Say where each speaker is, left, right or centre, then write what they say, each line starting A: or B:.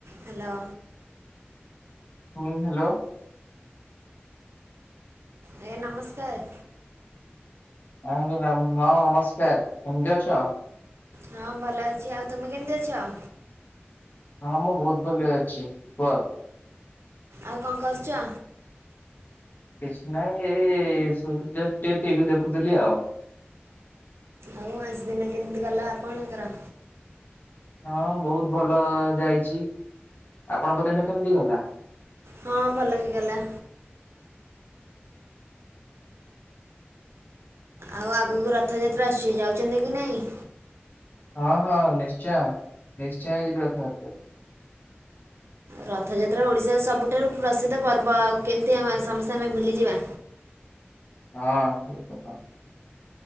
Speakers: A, on the right; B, on the left.
A: Hello.
B: ହୁଁ hello.
A: ଆଜ୍ଞା ନମସ୍କାର।
B: ଆଜ୍ଞା ହଁ ନମସ୍କାର କେମିତି ଅଛ?
A: ହଁ ଭଲ ଅଛି ଆଉ ତୁମେ କେମିତି ଅଛ?
B: ହଁ ମୁଁ ବହୁତ୍ ଭଲ ଅଛି କୁଅ?
A: ଆଉ କଣ କରୁଚ?
B: କିଛି ନାଇଁ ଏଇ ସୋଇକି ଜଷ୍ଟ ଟିକେ ଟିଭି ଦେଖୁଥିଲି ଆଉ।
A: ଆଉ ଆଜି ଦିନ କେମିତି ଗଲା ଆପଣଙ୍କର?
B: ହଁ ବହୁତ୍ ଭଲ ଯାଇଚି ଆପଣଙ୍କ ଦିନ କେମିତି ଗଲା?
A: ହଁ ଭଲକି ଗଲା। ଆଉ ଆଗକୁ ରଥଯାତ୍ରା ଆସୁଚି ଯାଉଚନ୍ତିକି ନାଇଁ?
B: ହଁ ହଁ ନିଶ୍ଚୟ ନିଶ୍ଚୟ ଯିବି ରଥଯାତ୍ରାକୁ।
A: ରଥଯାତ୍ରା ଓଡ଼ିଶାର ସବୁଠାରୁ ପ୍ରସିଦ୍ଧ ପର୍ବ ଆଉ କେମିତି ଆେ ସମସ୍ତେ ଆମେ ଭୁଲିଯିବା।
B: ହଁ ଠିକ୍ କଥା।